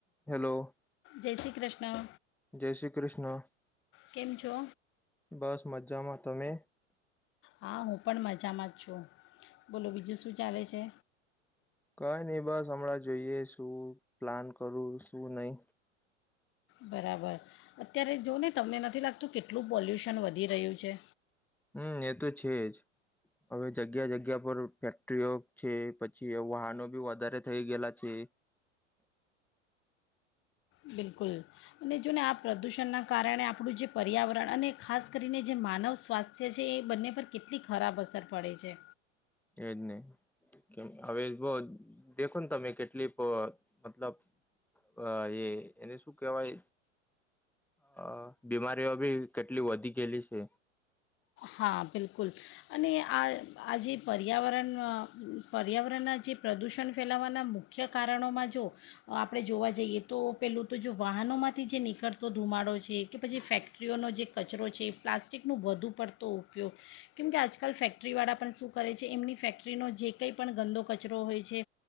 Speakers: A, in the centre; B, on the left.
A: Hello.
B: જય શ્રી ક્રષ્ણ.
A: જય શ્રી ક્રષ્ણ.
B: કેમ છો
A: બસ મજામાં, તમે?
B: હા હું પણ મજામાં જ છું, બોલો બીજું શું ચાલે છે?
A: કંઈ ની બસ અમણાં જોઈએ શું પ્લાન કરું શું નઈ.
B: બરાબર, અત્યારે જો ને તમને નથી લાગતું કેટલું પોલ્યુશન વધી રહ્યું છે?
A: હમ્મ એ તો છે જ હવે જગ્યા જગ્યા પર ફેક્ટરીઓ છે પછી વાહનો બી વધારે થઈ ગેલા છે.
B: બિલકુલ અને જો ને આ પ્રદૂષણના કારણે આપણું જે પર્યાવરણ અને ખાસ કરીને જે માનવ સ્વાસ્થ્ય છે, એ બંને પર કેટલી ખરાબ અસર પડે છે.
A: એ જ ને, ક હવે બો જ દેખો ન તમે કેટલી <unintelligible> મતલબ અ અ એ એને શું કેહવાય? અ બીમારીઓ બી કેટલી વધી ગેલી સે.
B: હા, બિલકુલ અને આ આ જે પર્યાવરણના પર્યાવરણના જે પ્રદૂષણ ફેલાવવાના મુખ્ય કારણોમાં જો આપણે જોવા જઈએ, તો પેલ્લુ તો જો વાહનોમાંથી જે નીકળતો ધુમાડો છે કે પછી ફેક્ટરીઓનો જે કચરો છે પ્લાસ્ટિકનું વધુ પડ તો ઉપયોગ, કેમકે આજકાલ ફેક્ટરીવાળા પણ શું કરે છે એમની ફેક્ટરીનો જે કંઈ પણ ગંદો કચરો હોય છે,